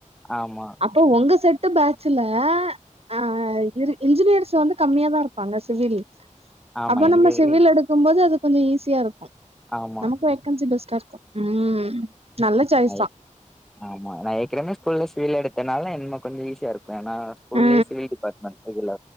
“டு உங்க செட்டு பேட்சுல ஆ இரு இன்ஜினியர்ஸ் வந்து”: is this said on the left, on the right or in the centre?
Right